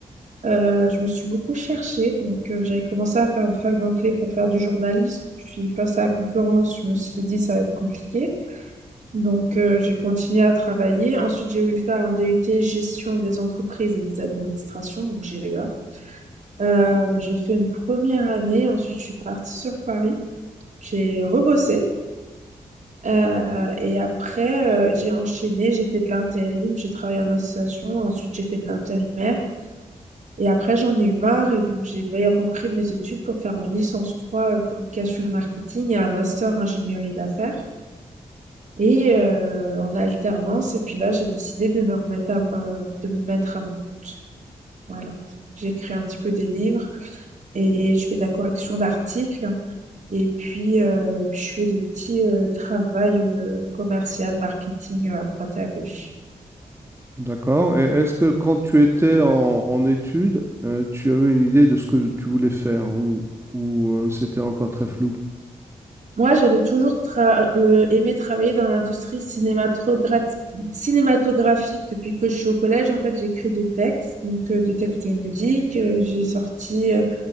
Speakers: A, on the right; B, on the right.
A: Euh, je me suis beaucoup cherchée, donc euh, j'avais commencé à faire une fac d'anglais pour faire du journalisme. Puis face à la concurrence, je me suis dit ça va être compliqué. Donc euh, j'ai continué à travailler. Ensuite, j'ai voulu faire un DUT gestion des entreprises et des administrations, donc GEA. Euh, j'ai fait une première année, ensuite je suis partie sur Paris. J'ai rebossé euh, et après euh, j'ai enchaîné, j'ai fait de l'intérim, j'ai travaillé en association, ensuite j'ai fait de l'intérimaire. Et après, j'en ai eu marre et donc j'ai bah, repris mes études pour faire une licence 3 euh, communication et marketing et un master ingénierie d'affaires. Et euh, en alternance, et puis là, j'ai décidé de me remettre à, euh, de me mettre à mon... Voilà. J'écris un petit peu des livres et je fais de la correction d'articles. Et puis, euh, puis je fais des petits euh, travaux euh, commercial, marketing euh, à droite et à gauche.
B: D'accord. Et est-ce que quand tu étais en, en études, euh, tu avais une idée de ce que tu voulais faire ou, ou euh, c'était encore très flou?
A: Moi, j'avais toujours tra- euh, aimé travailler dans l'industrie cinématogra- cinématographique depuis que je suis au collège. En fait, j'écris des textes, donc euh, des textes de musique. Euh, j'ai sorti euh,